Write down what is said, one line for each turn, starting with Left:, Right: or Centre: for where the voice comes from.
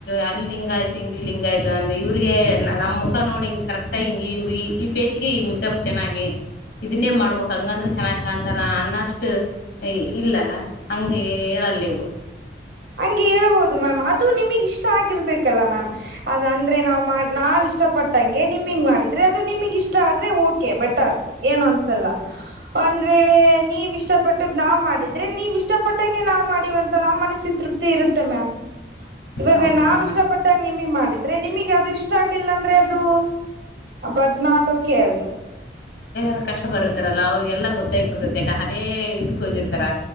Left: ಅಲ್ಲಿ ಲಿಂಗ್ ಆಯ್ತು ಇಂಗ್ ಲಿಂಗ್ ಆಯ್ತು ಅಂದ ಇವ್ರಿಗೆ ನಮ್ಮ ಮುಖ ನೋಡಿಂಗ ಕರೆಕ್ಟ್ ಹಿಂಗ ಇವ್ರ ಬೇಸಿಗೆ ಈ ಮಟಪ್ ಚೆನ್ನಾಗಿ ಇದನ್ನೇ ಮಾಡ್ಬೇಕಕ್ ಹಂಗಂದ್ರ ಚೆನ್ನಾಗಿ ಕಾಣ್ತಾರ ಅನ್ನಷ್ಟು ಇಲ್ಲಲ್ಲ ಹಗೆ ಹೇಳ ತರಲ್ಲವು
Right: ಹಂಗೆ ಹೇಳ್ಬೋದು ಮ್ಯಾಮ್ ಅದು ನಿಮಗ್ ಇಷ್ಟ ಆಗಿರ್ಬೇಕಲ್ಲ ಮ್ಯಾಮ್ ಅದ ನಾವು ನಾವ್ ಇಷ್ಟಪಟ್ಟ ಗೆ ನಿಮ ಮಾಡಿದ್ರೆ ಅದು ನಿಮಗ್ ಇಷ್ಟ ಆದ್ರೆ ಓಕೆ ಬೆಟರ್ ಏನು ಅನ್ಸಲ್ಲ ಒಂದ ಹೇಳೆ ನೀವ್ ಇಷ್ಟ ಪಟ್ಟದ್ ನಾವ್ ಮಾಡಿದ್ರೆ ನೀವ್ ಇಷ್ಟಪಟ್ಟಂಗೆ ನಾವ್ ಮಾಡಿವವಂತ ನಮ್ಮ ಮನಸ್ಸಿ ತೃಪ್ತಿ ಇರುತ್ತೆ ಮ್ಯಾಮ್ ಇವಾಗ
Left: ಹೌದಾ
Right: ನಾವ ಇಷ್ಟ ಪಟ್ಟಾಗ ನಿಮ ಮಾಡಿದ್ರೆ ನಿಮಗ್ ಅದು ಇಷ್ಟ ಆಗ್ಲಿಲ್ಲ ಅಂದ್ರೆ ಅದು ಬಟ್ ನಾಟ್ ಓಕೆ ಅದು
Left: ರ ಕಷ್ಟ ಬರ್ತಾರಲ್ಲ ಅವ್ರರಿಗೆಲ್ಲ ಗೊತ್ತಾಗಿಬಿಡ್ತರ ಅದೇ ಇದಕ್ಕ ಹೋಗಿರ್ತಾರ